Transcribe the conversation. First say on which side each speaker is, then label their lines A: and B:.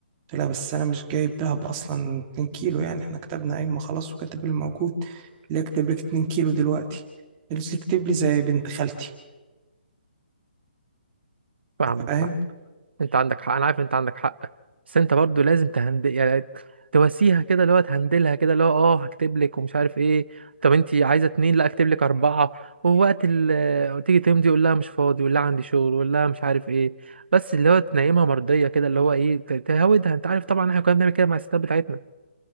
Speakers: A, on the right; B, on the right.
A: قلت لها بس انا مش جايب دهب اصلا 2 كيلو يعني احنا كتبنا قايمه خلاص وكاتب اللي موجود اللي اكتب لك 2 كيلو دلوقتي قالت لي اكتب لي زي بنت خالتي
B: فاهمك
A: فاهم
B: فاهمك. انت عندك حق انا عارف انت عندك حق بس انت برضو لازم تهندل يعني تواسيها كده اللي هو تهندلها كده اللي هو اه هكتب لك ومش عارف ايه طب انت عايزه اتنين لا اكتب لك اربعه ووقت ال تيجي تمضي يقول لها مش فاضي يقول لها عندي شغل يقول لها مش عارف ايه بس اللي هو تنيمها مرضيه كده اللي هو ايه ت- تهودها انت عارف طبعا احنا كنا بنعمل كده مع الستات بتاعتنا